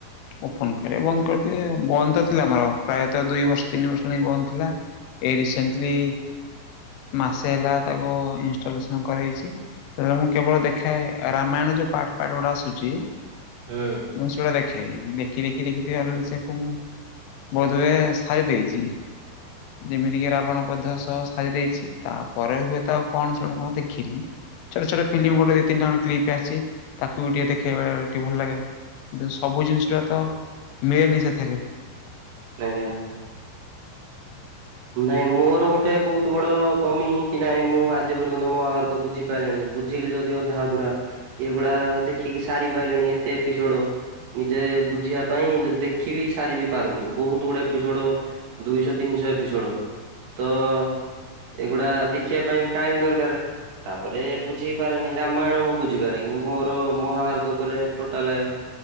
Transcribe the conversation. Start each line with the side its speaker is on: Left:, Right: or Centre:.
Left: ଓପନ କରେ ବନ୍ଦ କରିଦିଏ ବନ୍ଦ ତ ଥିଲା ମୋର ପ୍ରାୟତଃ ଦୁଇ ବର୍ଷ ତିନି ବର୍ଷ ହେଲାଣି ବନ୍ଦ ଥିଲା। ଏ ରିସେଣ୍ଟଲି ମାସେ ହେଲା ତାକୁ ଇନଷ୍ଟଲେସନ କରେଇଚି। ହେଲେ ମୁଁ କେବଳ ଦେଖାଏ ରାମାୟଣ ଯୋଉ ପାଟ ପାଟ ଗୁଡ଼ା ଆସୁଚି।
Right: ହଁ।
Left: ମୁଁ ସେଗୁଡା ଦେଖେ। ଦେଖି ଦେଖି ଦେଖି ଥିବା ଅଲେଡ଼ି ସେୟା କୁ ମୁଁ ବୋଧ ହୁଏ ସାରି ଦେଇଚି। ଯେମିତିକି ରାବଣ ବଧ ସହ ସାରି ଦେଇଛି ତାପରେ ହୁଏ ତ ଆଉ କଣ ସେଗୁଡ଼ା ମୁଁ ଆଉ ଦେଖିନି। ଛୋଟ ଛୋଟ ଫିଲିମ ଗୋଟେ ଦି ତିନି ଜଣେ କ୍ଲିପ ଟେ ଆସଚି ତାକୁ ବି ଟିକେ ଦେଖେ ବେଳେବେଳେ ଟିକେ ଭଲ ଲାଗେ। କିନ୍ତୁ ସବୁ ଜିନିଷଟା ତ ମିଳେନି ସେଥେରେ।
Right: ନା ଜ୍ଞା ନାଇଁ ମୋର ଗୋଟେ ବହୁତୁ ବଡ଼ କମି କି ନାଇଁ ମୁଁ ଆଜି ପର୍ଯ୍ୟନ୍ତ ମହାଭାରତ ବୁଝିି ପାରେଣି ବୁଝିଲେ ଯଦି ଅଧା ଅଧୁରା କି ଏଗୁଡ଼ା ଦେଖିକି ସାରି ପାଇଲିଣି ଏତେ ଏପିସୋଡ଼ ନିଜେ ବୁଝିବା ପାଇଁ ଯଦି ଦେଖିବି ସାରି ବିି ପାରୁନି ବହୁତୁ ଗୁଡେ ଏପିସୋଡ଼ ଦୁଇଶ, ତିନିଶ ଏପିସୋଡ଼ ତ ଅ ଅ ଏଗୁଡ଼ା ଦେଖିବା ପାଇଁ ବି ଟାଇମି ଦରକାରେ। ତାପରେ ବୁଝି ପାରେନି ରାମାୟଣ ମୁଁ ବୁଝିପାରେ କିନ୍ତୁ ମୋର ମହାଭାରତ ଉପରେ ଟୋଟାଲେ